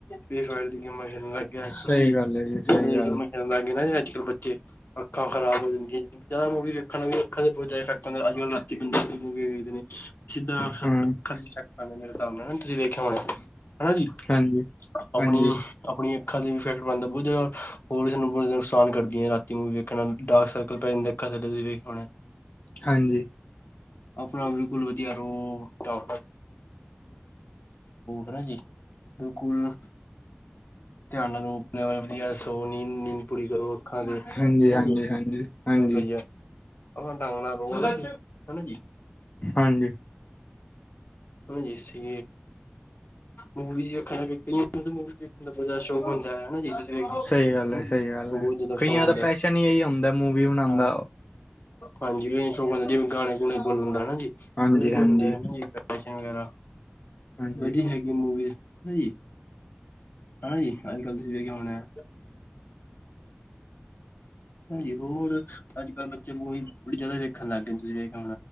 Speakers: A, on the left; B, on the left.
A: ਫ੍ਰੀ ਫਾਇਰ ਦੀ ਗੇਮਾਂ ਲਗ ਗਿਆ ਹਨਾ
B: ਸਹੀ
A: ਜੀ
B: ਗੱਲ ਹੈ
A: ਲੱਗ
B: ਸਹੀ ਗੱਲ
A: ਗਏ ਨਾ ਜੀ ਅੱਜ ਅਜ ਕਲ ਬੱਚੇ ਅੱਖਾਂ ਖਰਾਬ ਹੋ ਜਾਂਦੀਆਂ ਦਾ ਮੂਵੀ ਦੇਖਣ ਵੀ ਅੱਖਾਂ ਦੇ ਬਹੁਤ ਜ਼ਿਆਦਾ ਫੈਕਟ ਹੁੰਦਾ ਅੱਜ ਕੱਲ ਰਾਤੀ ਬੰਦਾ ਵੇਖਦੇ ਨੇ ਸਿੱਧਾ ਸ਼
B: ਹਮ
A: ਮੇਰੇ ਹਿਸਾਬ ਨਾਲ ਤੁਸੀਂ ਵੇਖਿਆ ਹੋਣਾ ਹਨਾ ਜੀ
B: ਹਾਂਜੀ
A: ਆਪਣੀ
B: ਹਾਂਜੀ
A: ਆਪਣੀ। ਅੱਖਾਂ ਵੀ ਫੈਕਟ ਪੈਂਦਾ ਬਹੁਤ ਜ਼ਿਆਦਾ ਹੋਰ ਸਾਨੂੰ ਬਹੁਤ ਜ਼ਿਆਦਾ ਨੁਕਸਾਨ ਕਰਦੀਆਂ ਰਾਤੀ ਮੂਵੀ ਦੇੇਣ ਨਾਲ ਡਾਰਕ ਸਰਕਲ ਪੈ ਜਾਂਦਾ ਕਦੇ ਕਦੇ ਵੇਖ ਪਾਉਂਦੇ।
B: ਹਾਂਜੀ।
A: ਆਪਣਾ ਬਿਲਕੁਲ ਵਧੀਆ ਰਹੋ ਦ ਚਲੋ ਹਨਾ ਜੀ ਬਿਲਕੁਲ ਧਿਆਨ ਨਾਲ ਰਲ ਵਧੀਆ ਸੋ, ਨੀਂਦ-ਨੀਂਦ ਪੂਰੀ ਕਰੋ ਅੱਖਾਂ ਤੇ, ਹਨਾ
B: ਹਾਂਜੀ, ਹਾਂਜੀ,
A: ਜੀ,
B: ਹਾਂਜੀ, ਹਾਂਜੀ,
A: ਬਹੁਤ ਵਧੀਆ। ਆ ਡੰਗਣਾ ਰੋ ਹਨਾ ਜੀ
B: ਹਾਂਜੀ।
A: ਹ <unintelligible> ਜੀ ਮੁਵਖ ਕ ਉਹ ਦਾ ਸ਼ੌਕ ਹੁੰਦਾ ਹੈ ਹਨਾ ਜੀ। ਵੇਖੋ
B: ਸਹੀ ਗੱਲ
A: ਹਨਾ
B: ਐ।
A: ਜੀ
B: ਸਹੀ ਗੱਲ ਐ।
A: ਬਹੁਤ ਜ਼ਿਆਦਾ ਸ਼ੌਕ
B: ਕਈਆਂ
A: ਹੁੰਦਾ
B: ਦਾ ਪੈਸ਼ਨ
A: ਹੈ।
B: ਹੀ ਇਹੀ ਹੁੰਦਾ ਮੂਵੀ ਬਣਾੰਨਦਾ।
A: ਹਾਂ ਹਾਂਜੀ, ਸ਼ੌਕ ਹੁੰਦਾ ਜਿਵੇਂ ਗਾਣੇ- ਗੁਣੇ ਬੋਲਨ ਦਾ ਹਨਾ ਜੀ।
B: ਹਾਂਜੀ,
A: ਉਹ ਵੀ ਵਧੀਆ
B: ਹਾਂਜੀ,
A: ਹੁੰਦਾ ਜੀ। ਨ ਵਗੈਰਾ
B: ਹਾਂਜੀ,
A: ਵਧੀ ਹੈਗੀ ਮੂਵੀਜ਼ ਹਨ ਜੀ। ਹਨਾ ਜੀ, ਅੱਜ- ਕੱਲ ਕਿ ਹੋਣਾ? ਹਾਂਜੀ ਹੋਰ ਅੱਜ ਕੱਲ੍ਹ ਬੱਚੇ ਉਹੀ ਬੜੀ ਜਿਆਦਾ ਦੇੇਖਣ ਲੱਗ ਗਏ ਤੁਸੀਂ ਦੇਖ ਬ